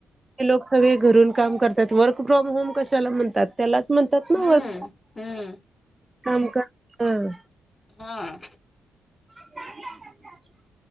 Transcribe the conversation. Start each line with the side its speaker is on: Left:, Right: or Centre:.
Right: ते लोकं सगळें घरूंन कामं करतांत वर्क फ्रॉम होमं कशांला म्हणतांत त्यांला म्हणतांत नां
Left: हम्म
Right: वंक
Left: हम्म
Right: कामं करं हं
Left: हां
Right: <unintelligible>